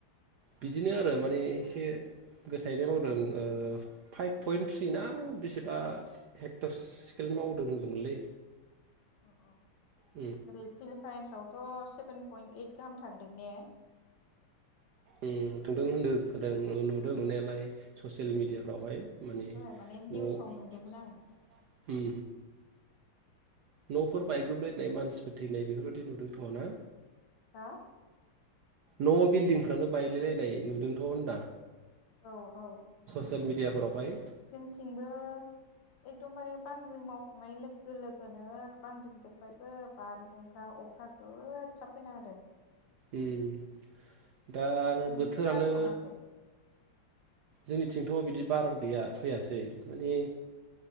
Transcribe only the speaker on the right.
बिदिनो आरो माने एसे गोसाहैनाय मावदों ओ फाइभ पइन्ट थ्रि ना बेसेबा हेक्टर स्केल मावदों होनदोंमोनलै
उम
उम थांदों होनदों होनखादों नुदों नुनायालाय ससियेल
मेडियाफ्रावहाय माने
न'
न'फोर बायग्रुबलायनाय मानसिफोर थैनाय बेफोर बायदि नुदोंथ' ना
न' बिल्डिंफ्रानो बायलायलायनाय नुदोंथ' होनदां।
ससियेल मिडियाफोरावहाय
ओम दा आरो
बोथोरानो
जोंनिथिंथ' बिदि बार गैया फैयासै माने